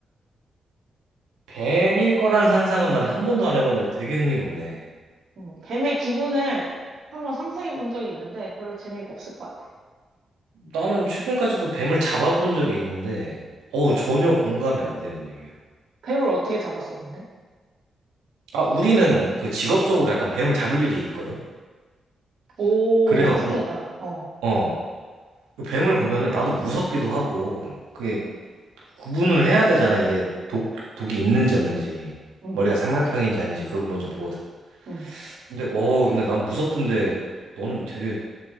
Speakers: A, on the right; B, on the right.
A: 뱀일 거란 상상은 난 한 번도 안 해봤는데 되게 흥미롭네.
B: 음, 뱀의 기분을 한번 상상해 본 적이 있는데 별로 재미가 없을 것 같아.
A: 나는 최근까지도 뱀을 잡아본 적이 있는데, 어우, 전혀 공감이 안 되는 얘기야.
B: 뱀을 어떻게 잡았었는데?
A: 아, 우리는 그 직업적으로 약간 뱀을 잡을 일이 있거든?
B: 오,
A: 그래갖고,
B: 특이하다. 어.
A: 어, 그 뱀을 보면은 나도 무섭기도 하고, 그게 구분을 해야 되잖아, 이게 독, 독이 있는지 없는지.
B: 응,
A: 머리가 삼각형인지 아닌지 그걸 먼저 보거든.
B: 응.
A: 근데, 어, 근데 난 무섭던데, 너는 되게